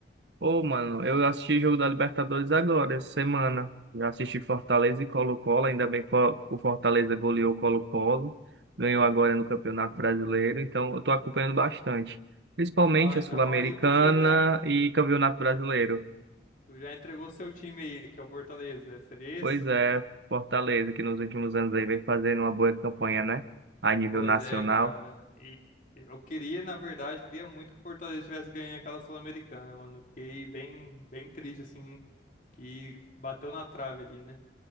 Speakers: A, on the right (about 70°); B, on the left (about 45°).
A: Ô, mano, eu assisti jogo da Libertadores agora, essa semana. Já assisti Fortaleza e Colo-Colo, ainda bem que o o Fortaleza goleou o Colo-Colo, ganhou agora no Campeonato Brasileiro, então eu tô acompanhando bastante. Principalmente
B: Ah,
A: a
B: então
A: Sul-Americana
B: aí você já,
A: e Campeonato Brasileiro.
B: tu já entregou seu time aí, que é o Fortaleza, seria
A: Pois
B: esse?
A: é, Fortaleza, que nos últimos anos aí vem fazendo uma boa campanha, né? A nível
B: Pois
A: nacional.
B: é, cara. E eu queria, na verdade, queria muito que o Fortaleza tivesse ganho aquela Sul-Americana, mano. Eu fiquei bem, bem triste, assim, que bateu na trave ali, né?